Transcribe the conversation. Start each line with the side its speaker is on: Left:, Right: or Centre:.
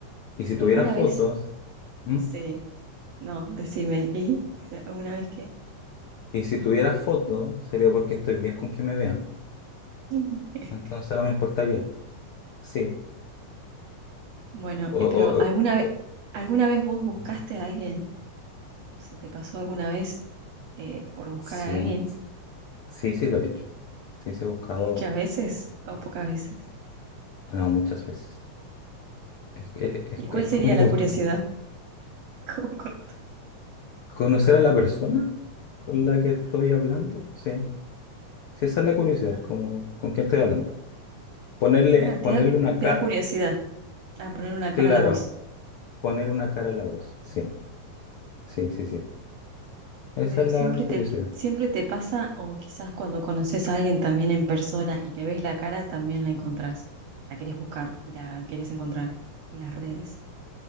Left: Y si
Right: ¿Y
Left: tuviera
Right: alguna
Left: fotos.
Right: vez
Left: ¿Mm?
Right: Sí, no, decime. ¿Y si alguna vez que
Left: Y si tuviera fotos, sería porque estoy bien con que me vean.
Right: <laughs>
Left: Entonces, no me importaría. Sí.
Right: Bueno,
Left: O,
Right: eh, pero
Left: o,
Right: ¿alguna
Left: o-
Right: vez,
Left: o-
Right: alguna vez vos buscaste
Left: ¿Mm?
Right: a alguien? ¿O se te pasó alguna vez eh, por buscar
Left: Sí.
Right: a alguien?
Left: sí. Sí, sí lo he hecho. Sí, sí he buscado,
Right: ¿Muchas veces o pocas veces?
Left: no, muchas veces. Es, que- es,
Right: ¿Y cuál
Left: es
Right: sería
Left: como
Right: la
Left: cos-
Right: curiosidad? <laughs> Como corto.
Left: conocer a la persona con la que estoy hablando. Sí, sí, esa es la curiosidad,
Right: Ajá.
Left: como con quién estoy hablando. Ponerle,
Right: Ah, te
Left: ponerle
Right: da,
Left: una
Right: te
Left: cara,
Right: da curiosidad a poner una cara
Left: claro,
Right: a la voz.
Left: poner una cara a la voz. Sí, sí, sí, sí. Esa
Right: Pero
Left: es
Right: siempre
Left: la
Right: te,
Left: curiosidad.
Right: siempre te pasa, o quizás cuando conoces a alguien también en persona y le ves la cara, también la encontrás. La querés buscar y la querés encontrar en las redes.